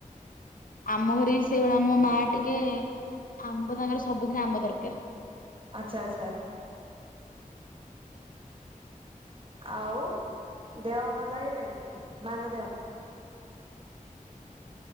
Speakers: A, on the left; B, on the right.
A: ଆମ ଘରେ ବି ସେଇଭଳିଆ, ମୋ ମା ଟିକେ, ଆମ୍ବ ତାଙ୍କର ସବୁଥିରେ ଆମ୍ବ ଦରକାର।
B: ଆଛା ଆଛା। ଆଉ ଦେହ ଭଲ ହେଇଗଲାଣି? ମାଙ୍କ ଦେହ।